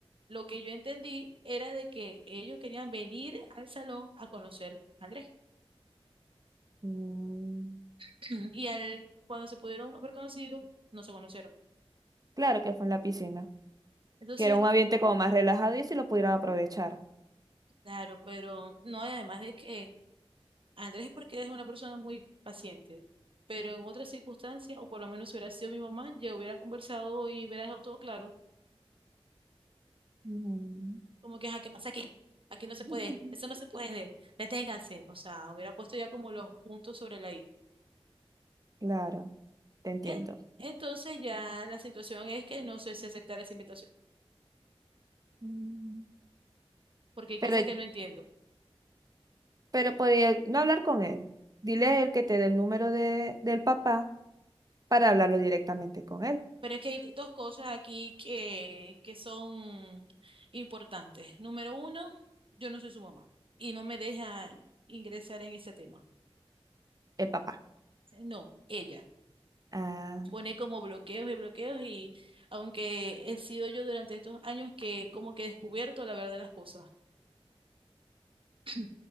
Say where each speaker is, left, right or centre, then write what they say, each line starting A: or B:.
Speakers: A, on the right (about 60°); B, on the right (about 40°).
A: lo que yo entendí era de que ellos querían venir al salón a conocer a Andrés.
B: Mm,
A: <clears throat> Y al, cuando se pudieron haber conocido, no se conocieron.
B: claro que fue en la piscina.
A: Entonces,
B: Que era un ambiente como más relajado y si lo pudieran aprovechar.
A: claro, pero no, y además de que Andrés es porque es una persona muy paciente. Pero en otras circunstancias, o por lo menos si hubiera sido mi mamá, yo hubiera conversado y hubiera dejado todo claro.
B: Mm,
A: Como que, ajá, ¿qué pasa aquí? Aquí no se puede,
B: <laughs>
A: eso no se puede, deténganse. O sea, hubiera puesto ya como los puntos sobre la I.
B: claro, te entiendo.
A: En- entonces ya la situación es que no sé si aceptar esa invitación,
B: Mm.
A: porque hay cosas
B: Pero,
A: que no entiendo.
B: pero podía no hablar con él. Dile a él que te dé el número de, del papá para hablarlo directamente con él,
A: Pero es que hay dos cosas aquí que, que son importantes. Número uno, yo no soy su mamá y no me deja ingresar en ese tema.
B: el papá.
A: No, ella
B: Ah,
A: pone como bloqueos y bloqueos y aunque he sido yo durante estos años que como que he descubierto la verdad de las cosas O